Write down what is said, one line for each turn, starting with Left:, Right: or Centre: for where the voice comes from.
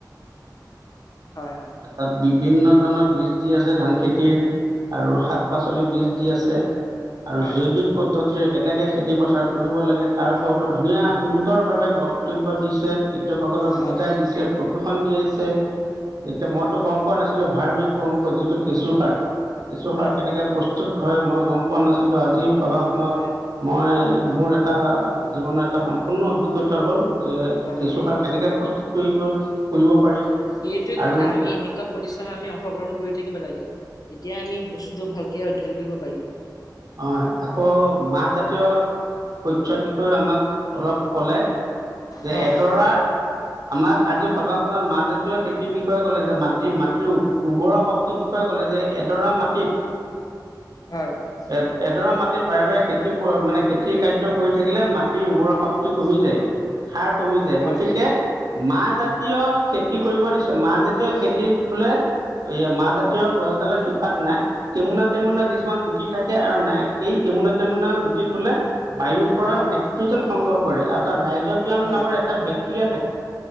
Left: হয় হয় হয়
Right: অি আ বিভিন্ন ধৰণৰ বীজ দি আছে ধান খেতিৰ আৰু শাক শাক পাচলি বীজ দি আছে আৰু
Left: হয়
Right: জৈৱিক পদ্ধতিৰে কেনেকে খেতি পথাৰ কৰিব লাগে তাৰ ওপৰত ধুনীয়া সুন্দৰভাৱে বক্তব্য দিছে শিক্ষকসকলক
Left: হয়
Right: বুজাই দিছে প্ৰশিক্ষণ দিয়াইছে এতিয়া মইতো গম পোৱা নাছিলো ভাৰ্মিক কম্প যিটো কেঁচু সাৰ কেঁচুসাৰ
Left: হয়
Right: কেনেকৈ প্ৰস্তুত হয় মই গম পোৱা নাছিলোঁ আজিৰ সভাখনত
Left: হয়
Right: মই মোৰ এটা জীৱনৰ এটা সম্পূৰ্ণ অভিজ্ঞতা হ'ল যে
Left: হয় হয়
Right: কেঁচু সাৰ কেনেকৈ প্ৰস্তুত কৰিব কৰিব পাৰি
Left: সেইটে কথা
Right: আৰু
Left: আমি এনেকুৱা প্ৰতি্্ৰম আমি অংশগ্ৰহণ কৰি থাকিব লাগে তেতিয়া আমি বস্তুটো ভালকে অধ্যয়ন কৰিব পাৰিম
Right: হয় আকৌ মাহ জাতীয় শসয়ৰ বিষয়ে আমাক অলপ ক'লে যে
Left: হয়
Right: এডৰা
Left: হয়
Right: আমাক আজি সভাখনত মাহাজাতীয় খেতিৰ বিষয়ে ক'লে যে মাটিৰ মাটিৰ উভৰা শক্তিৰ বিষয়ে ক'লে যে এডৰা মাটিত
Left: হয়
Right: এ এডৰা মাটিত বাৰে বাৰে খেতি মানে খেতিৰ কাৰ্য কৰি থাকিলে মাটিৰ উৰ্বৰা শক্তি কমি যায়গৈ সাৰ কমি যায়
Left: হয়
Right: গতিকে মাহ জাতীয় খেতি কৰিব দিছেো মাহ যেতিীয় খেতি বোলে এই মাহ জাতীয় গছডালৰ শিপাত নাই মুনা মুনা কিছুমানো থাকে আৰু নাই সেই টেমুনা টেমুনা গোটেই বোলে বায়ুৰ পৰা
Left: হয়
Right: নাইট্ৰজেন সংগ্ৰহ কৰে আৰু তাত ৰাইজবাম
Left: হয়
Right: নামৰ এটা বেক্টেৰিয়া থাকে